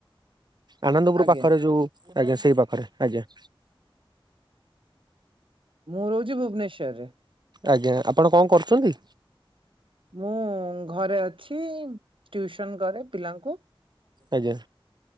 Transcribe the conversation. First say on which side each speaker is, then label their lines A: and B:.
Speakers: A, on the right; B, on the right.
A: ଆନନ୍ଦପୁର
B: ଆଜ୍ଞା
A: ପାଖରେ ଯୋଉ ଆଜ୍ଞା ସେଇ ପାଖରେ ଆଜ୍ଞା।
B: ମୁଁ ରହୁଚି ଭୁବନେଶ୍ୱରରେ।
A: ଆଜ୍ଞା ଆପଣ କଁ କରୁଚନ୍ତି?
B: ମୁଁ ଘରେ ଅଛି ଟ୍ୟୁଉସନ୍ କରେ ପିଲାଙ୍କୁ।
A: ଆଜ୍ଞା